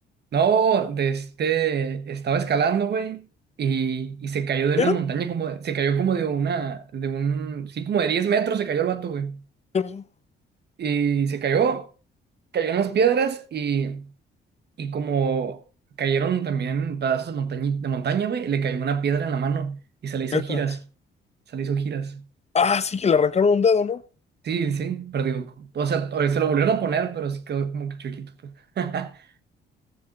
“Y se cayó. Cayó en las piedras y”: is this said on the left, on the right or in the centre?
Right